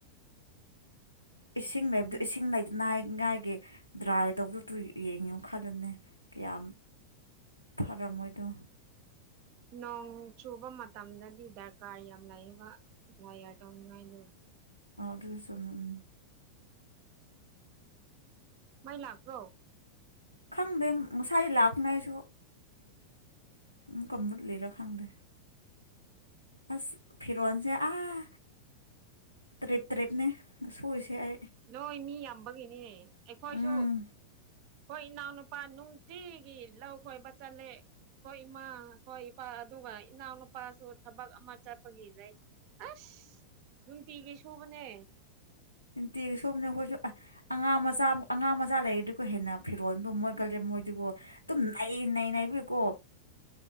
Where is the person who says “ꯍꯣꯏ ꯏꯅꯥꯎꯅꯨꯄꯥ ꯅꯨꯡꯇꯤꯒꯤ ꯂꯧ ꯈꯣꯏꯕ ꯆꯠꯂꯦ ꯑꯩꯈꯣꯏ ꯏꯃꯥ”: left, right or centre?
Right